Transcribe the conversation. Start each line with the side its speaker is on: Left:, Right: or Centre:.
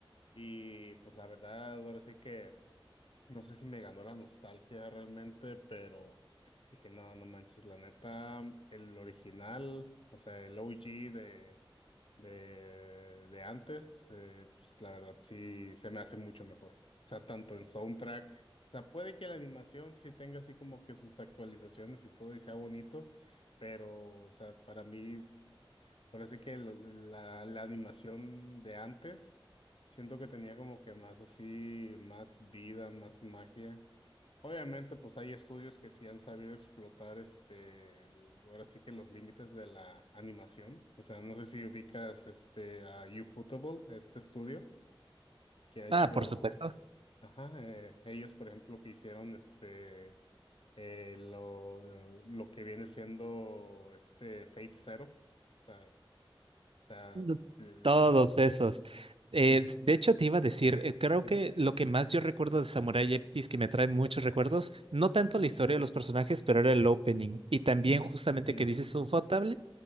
Left: Y pues la verdad, ahora sí que, no sé si me ganó la nostalgia realmente, pero dije, no, no manches, la neta, el original, o sea, el OG de de, de antes, eh, pues la verdad sí se me hace mucho mejor. O sea, tanto en soundtrack, o sea, puede que la animación sí tenga así como que sus actualizaciones y todo y sea bonito, pero, o sea, para mí, ahora sí que lo- la, la animación de antes, siento que tenía como que más así, más vida, más magia. Obviamente, pues hay estudios que sí han sabido explotar este, el- ahora sí que los límites de la animación. O sea, no sé si ubicas este a Ufotable, este estudio que ha hecho,
Right: Ah, por supuesto.
Left: ajá, eh, ellos, por ejemplo, que hicieron este eh, lo, lo que viene siendo este Fate Zero. O sea, o sea,
Right: No,
Left: les
Right: Todos
Left: queda.
Right: esos. Eh,
Left: Ujú,
Right: de hecho, te iba a decir, eh, creo
Left: ujú,
Right: que lo que más yo recuerdo de Samurai X que me trae muchos recuerdos, no tanto
Left: ujú.
Right: la historia de los personajes, pero era el opening. Y también justamente
Left: Mm,
Right: que dices Ufotable,